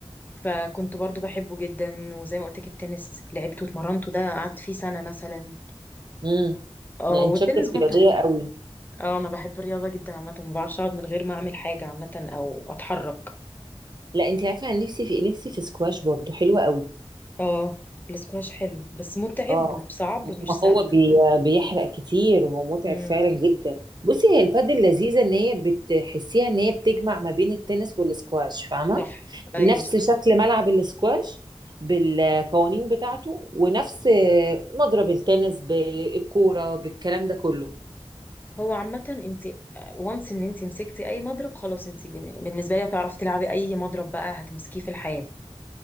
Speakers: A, on the left; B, on the right.
A: فكنت برضو بحبه جدا وزي ما قلت لك التنس لعبته واتمرنته ده قعدت فيه سنة مثلا
B: امم
A: اه
B: لا
A: والتنس
B: انت شكلك
A: برضو
B: رياضيه
A: حلو.
B: قوي
A: اه انا بحب الرياضة جدا عامة ما بعرفش اقعد من غير ما اعمل حاجة عامة او اتحرك
B: لا انت عارفه انا نفسي في إيه؟ نفسي في سكواش برضو حلوه قوي
A: اه الاسكواش حلو بس متعب
B: اه
A: وصعب مش
B: ما
A: سهل
B: هو بي... بيحرق كتير وهو متعب
A: امم
B: فعلا جدا بصي هي البادل لذيذه ان هي بتحسيها ان هي بتجمع ما بين التنس والسكواش فاهمه
A: صح ايوه
B: نفس
A: صح
B: شكل ملعب السكواش بالقوانين بتاعته ونفس مضرب التنس بالكوره بالكلام ده كله
A: هو عامة انت وانس ان انت مسكتي اي مضرب خلاص انت بالنسبة لي هتعرفي تلعبي اي مضرب بقى هتمسكيه في الحياة